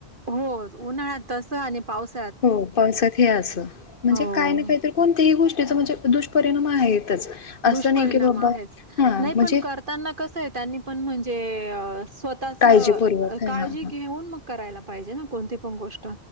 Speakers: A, on the right; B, on the left.
A: हो उन्हाळ्यात तस आणि पाऊसात
B: हो पावसात हे असं म्हणजे
A: हो
B: काय ना काहीत कोणतही गोष्टीत त्याचं म्हणजे दुष्परिणाम आहे आहेतच असं
A: दुष्परिणाम
B: नाही की बाबा
A: आहेचं
B: हा
A: नाही
B: म्हणजे
A: पण करताना कस आहे त्यांनी पण म्हणजे ते अ स्वतःच
B: काळजीपूर्वक
A: काळजी
B: हा हा
A: घेऊन मग करायला पाहिजे ना कोणती पण गोष्ट